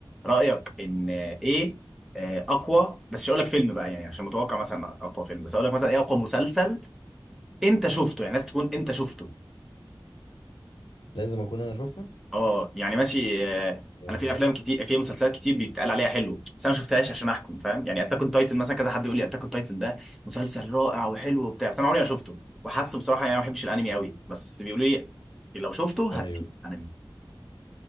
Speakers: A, in the centre; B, on the left.
A: رأيك إن إيه آه، أقوى بس مش هقول لك فيلم بقى يعني عشان متوقع مثلا أقوى فيلم بس هقول لك مثلا إيه أقوى مسلسل أنت شفته يعني لازم تكون أنت شفته
B: لازم اكون انا شفته
A: اه يعني ماشي آه،
B: آه،
A: انا في افلام كتير في مسلسلات كتير بيتقال عليها حلو بس انا ما شفتهاش عشان احكم فاهم يعني اتاك اون تايتن مثلا كذا حد يقول لي اتاك اون تايتن ده مسلسل رائع وحلو وبتاع بس انا عمري ما شفته وحاسه بصراحه يعني ما بحبش الانمي قوي بس بيقولوا لي لو شفته
B: ايوه
A: هتحب الانمي